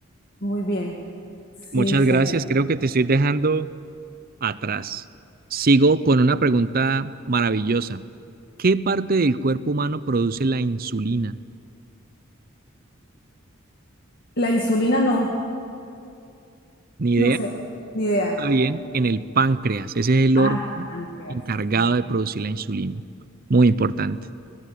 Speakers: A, on the left; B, on the right.
A: Muy bien. Sí,
B: Muchas
A: señor.
B: gracias. Creo que te estoy dejando atrás. Sigo con una pregunta maravillosa. ¿Qué parte del cuerpo humano produce la insulina?
A: La insulina no,
B: Ni idea.
A: no sé, ni idea.
B: Está bien, en el páncreas. Ese es el
A: Ah,
B: órgano
A: el páncreas,
B: encargado
A: sí, señor.
B: de producir la insulina. Muy importante.